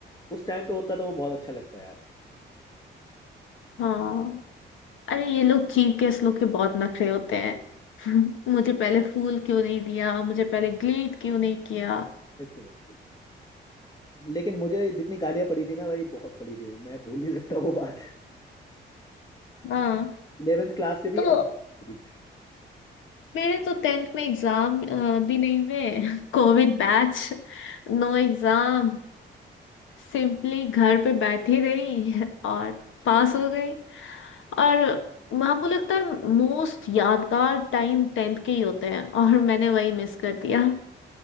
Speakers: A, on the left; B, on the left.
A: उस टाइम तो होता तो वो बहुत अच्छा लगता है यार
B: हाँ अरे ये लोग चीफ गेस्ट लोग के बहुत नखरे होते हैं <laughs> मुझे पहले फूल क्यों नहीं दिया मुझे पहले ग्लीट क्यों नहीं किया
A: इसलिए लेकिन मुझे जितनी गालियां पड़ी थी ना भाई बहुत पड़ी थी मैं भूल नहीं सकता वो बात
B: हाँ
A: इलेवेंथ क्लास से भी
B: तो
A: अब भी।
B: मेरे तो टेंथ में एग्जाम भी नहीं हुए <laughs> Covid batch No exam Simply घर पे बैठी रही <laughs> और पास हो गई और हमको लगता है मोस्ट यादगार टाइम टेंथ के ही होते हैं और मैंने वही मिस कर दिया